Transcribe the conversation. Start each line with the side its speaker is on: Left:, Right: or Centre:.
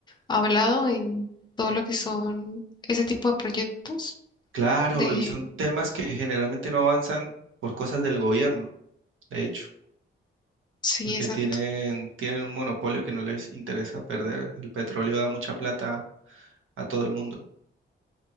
Left: hablado en todo lo que son ese tipo de proyectos
Right: Claro,
Left: de...
Right: y son temas que generalmente no avanzan por cosas del gobierno. de hecho,
Left: Sí,
Right: porque
Left: exacto.
Right: tienen, tienen un monopolio que no les interesa perder. El petróleo da mucha plata a todo el mundo.